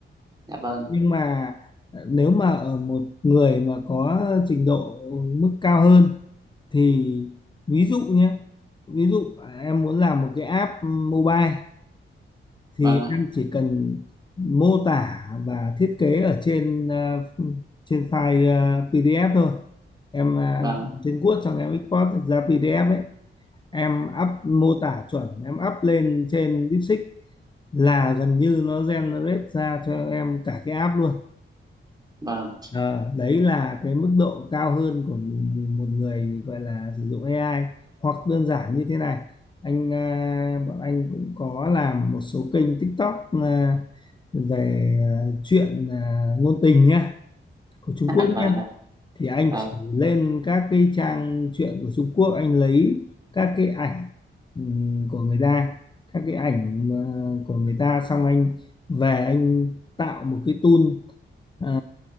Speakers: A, on the right; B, on the left.
A: Dạ vâng,
B: Nhưng mà ờ, nếu mà ở một người mà có trình độ mức cao hơn thì ví dụ nhé, ví dụ em muốn làm một cái app mobile thì
A: vâng ạ,
B: em chỉ cần mô tả và thiết kế ở trên ờ, trên file ờ, PDF thôi em ờ,
A: vâng ạ,
B: trên Word xong em export ra PDF ấy em up mô tả chuẩn em up lên trên DeepSeek là gần như nó generate ra cho em cả cái app luôn
A: vâng,
B: Ờ, đấy là cái mức độ cao hơn của một người gọi là sử dụng AI hoặc đơn giản như thế này anh à, bọn anh cũng có làm một số kênh TikTok à, về à, chuyện à, ngôn tình nhá của Trung
A: <laughs>
B: Quốc
A: vâng
B: nhá
A: ạ,
B: thì anh
A: vâng,
B: chỉ lên các cái trang truyện của Trung Quốc anh lấy các cái ảnh ừm, của người ta các cái ảnh à, của người ta xong anh về anh tạo một cái tool à,